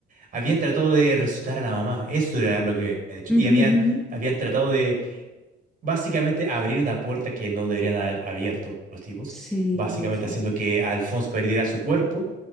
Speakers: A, on the right; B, in the centre.
A: Habían tratado de resucitar a la mamá, eso era lo que habían hecho.
B: Ujú,
A: Y habían,
B: ujú, ujú.
A: habían tratado de básicamente abrir una puerta que no deberían haber abierto los tipos,
B: Sí,
A: básicamente
B: ese.
A: haciendo que Alphonse perdiera su cuerpo